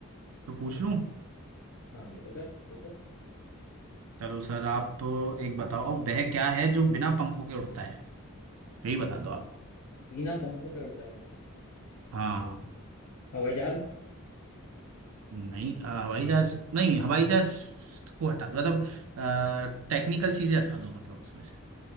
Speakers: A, on the right; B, on the left.
A: तो पूछ लूँ
B: हाँ बिल्कुल सर पूछो
A: चलो सर आप एक बताओ वह क्या है जो बिना पंखों के उड़ता है यही बता दो आप
B: बिना पंखों के उड़ता है
A: हाँ
B: हवाई जहाज
A: नहीं अ, हवाई जहाज नहीं हवाई जहाज को हटा दो मतलब टेक्निकल चीजें हटा दो मतलब उसमें से